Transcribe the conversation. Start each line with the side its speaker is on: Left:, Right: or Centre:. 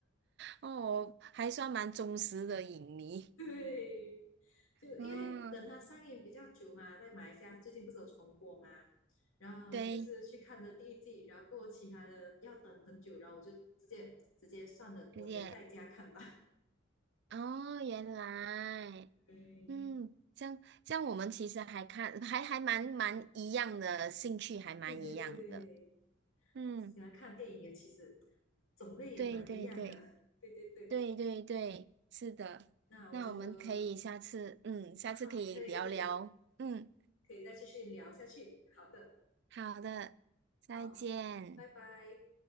Right: 哦，还算蛮忠实的影迷。
Left: <laughs> 对，就因为等它上映比较久嘛，
Right: 嗯，
Left: 在马来西亚最近不是有重播嘛，然后就是去看的第一季，
Right: 对，
Left: 然后过后其他的要等很久，然后我就直接直接算了，
Right: 直接
Left: 我直接在家看吧。
Right: 哦，原来，
Left: <laughs> 对，
Right: 嗯，这样这样，我们其实还看还还蛮蛮一样的兴趣，还蛮一样的。
Left: 对对对，
Right: 嗯，
Left: 喜欢看电影也其实种类也蛮一样的。
Right: 对对对
Left: <laughs> 对对对，
Right: 对对对，是的。
Left: 那我觉得
Right: 那我们可以下次，嗯，下次可以聊聊。
Left: 好，可以可以
Right: 嗯，
Left: 可以再继续聊下去。好的，
Right: 好的，再见。
Left: 好，拜拜。